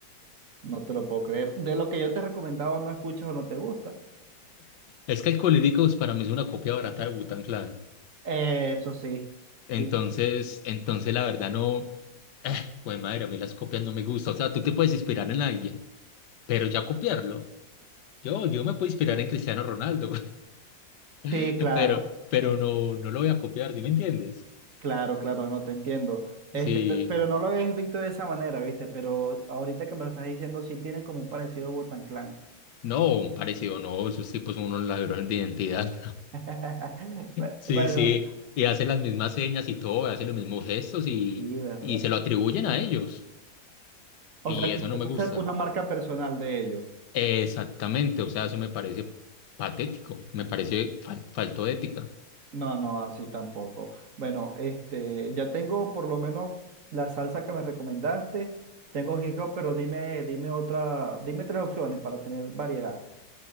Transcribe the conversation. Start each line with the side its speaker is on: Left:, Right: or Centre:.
Right: no te lo puedo creer. De lo que yo te he recomendado, no escuchas o no te gusta.
Left: Es que Alcohólicos para mí es una copia barata de wu Clan.
Right: Eh, eso sí.
Left: Entonces,
Right: Sí, sí, sí.
Left: entonces la verdad no, güey, madre, a mí las copias no me gustan. O sea, tú te puedes inspirar en alguien, pero ya copiarlo. Yo, yo me puedo inspirar en Cristiano Ronaldo, <laughs>
Right: Sí, claro,
Left: pero, pero no, no lo voy a copiar, ¿sí me entiendes?
Right: claro, claro, no te entiendo. Este,
Left: Sí,
Right: pe- pero no lo habéis visto de esa manera, ¿viste? Pero ahorita que me lo estás diciendo, sí tienen como un parecido Wu-Tang Clan.
Left: no, un parecido, no, esos tipos son unos ladrones de identidad.
Right: <laughs> Bue-
Left: Sí,
Right: Bueno,
Left: sí, y hace las mismas señas y todo, hace los mismos gestos y,
Right: sí, ¿verdad?
Left: y se lo atribuyen a ellos.
Right: O
Left: Y
Right: sea, como
Left: eso
Right: si
Left: no
Right: fuese
Left: me gusta.
Right: una marca personal de ellos.
Left: Exactamente, o sea, eso me parece patético, me parece fal- falto de ética.
Right: No, no, así tampoco. Bueno, este, ya tengo por lo menos la salsa que me recomendaste. Tengo hip hop, pero dime, dime otra, dime tres opciones para tener variedad.